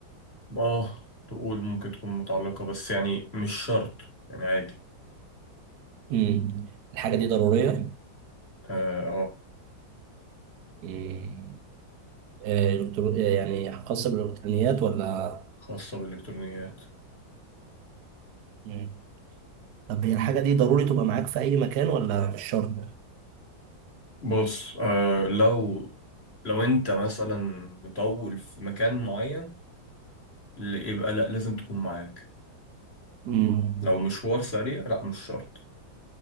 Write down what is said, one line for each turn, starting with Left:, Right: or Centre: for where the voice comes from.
Left: اه تقول ممكن تكون متعلقة بس يعني مش شرط يعني عادي
Right: مم. الحاجة دي ضرورية
Left: اه آه،
Right: مم. آه، إلكترو... آه، يعني خاصة بالإلكترونيات ولا
Left: خاصة بالإلكترونيات
Right: مم. طب هي الحاجة دي ضروري تبقى معاك في أي مكان ولا مش شرط؟
Left: بص آه لو لو انت مثلا مطول في مكان معين ل- يبقى لا لازم تكون معاك
Right: مم.
Left: لو مشوار سريع لا مش شرط